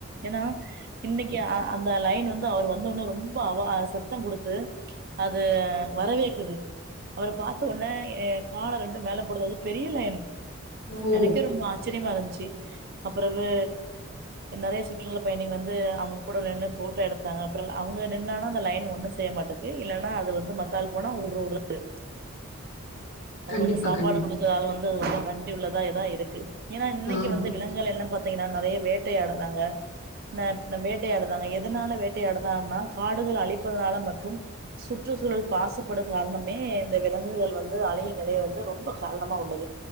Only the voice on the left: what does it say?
ஓ
கண்டிப்பா
கண்டிப்பா
ஆமா